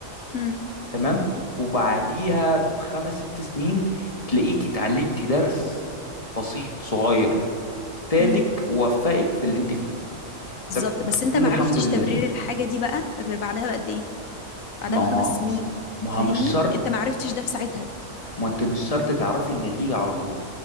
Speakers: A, on the left (about 85°); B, on the left (about 25°).
A: مم.
B: تمام وبعديها بخمس ست سنين تلاقيك اتعلمتي درس بسيط صغير فادك
A: مم.
B: ووفقك في اللي انت فيه
A: بالظبط
B: طب
A: بس انت
B: تقولي
A: ما
B: الحمد
A: عرفتش
B: لله
A: تبرير الحاجه دي بقى غير بعدها بقد ايه بعدها
B: ما
A: بخمس
B: هو
A: سنين
B: ما
A: فاهمني
B: هو مش شرط
A: انت ما عرفتش ده في ساعتها
B: ما انت مش شرط تعرفي النتيجة على طول